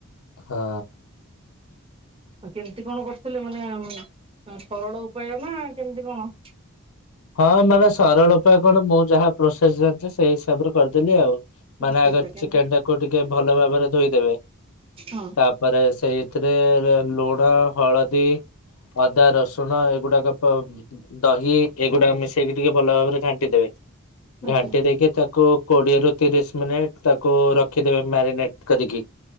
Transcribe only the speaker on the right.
କେମ୍ତି କଣ କରିଥିଲେ ମାନେ ସରଳ ଉପାୟ ନା କେମ୍ତି କଣ?
ଆଚ୍ଛା
ଆଚ୍ଛା କେମତି
ହଁ
ଆଚ୍ଛା